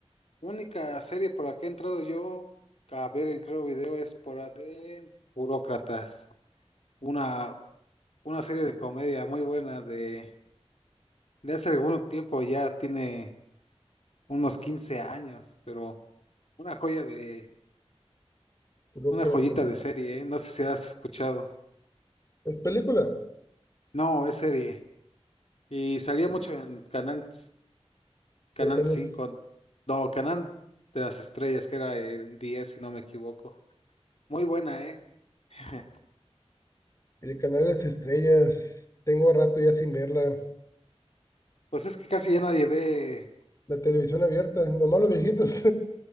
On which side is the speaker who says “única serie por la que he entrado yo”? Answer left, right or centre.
Left